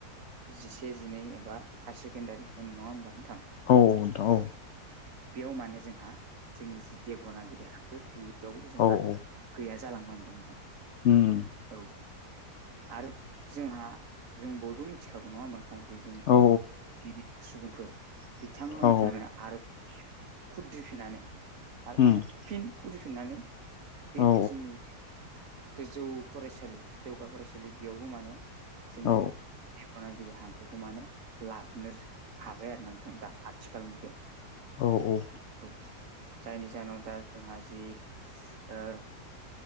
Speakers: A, on the right (about 55°); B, on the left (about 75°).
A: जिसे जिनै एबा हायार सेकेण्डारि होन नंङा होमबा नोंथां
B: औ ओनथां औ
A: बेयाव माने जोंहा जोंनि जि देब'नागिरि हांखो बेयाव जोंहा
B: औ
A: गैया जालांनो हमदों नोंथां
B: उम
A: औ आरो जोंहा जों बयबो मिथिखागौ नंङा होमबा नोंथांङां जे जोंनि
B: औ
A: जि बि सुबुंफोर बिथांमोनानो
B: औ
A: आरो खुद्रिफिननानै आरो
B: उम
A: माने फिन खदफिननानै बे
B: औ
A: जोंनि गोजौ फरायसालि जौगा फरायसालि बेयावबो माने जोंनि
B: औ
A: जिखना गिदिर हांखोखौ माने लाबोनो हाबाय आरो नोंथां दा आथिखाल मुगायाव
B: औ औ
A: औ जायनि जाहोनाव दा जोंहा जि ओ